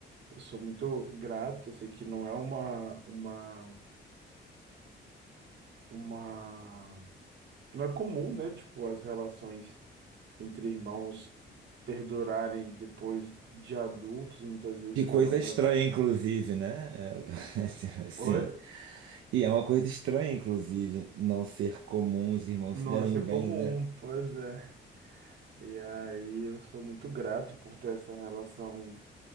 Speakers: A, on the right; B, on the right.
A: Eu sou muito grato, eu sei que não é uma, uma, uma... Não é comum, né? Tipo, as relações entre irmãos perdurarem depois de adultos, muitas vezes
B: Que coisa
A: cada um
B: estranha,
A: vai...
B: inclusive, né? É, <laughs> assim.
A: Oi?
B: E é uma coisa estranha, inclusive, não ser comum os irmãos
A: Nossa,
B: se derem
A: é
B: bem,
A: comum,
B: né?
A: pois é. E aí eu sou muito grato por ter essa relação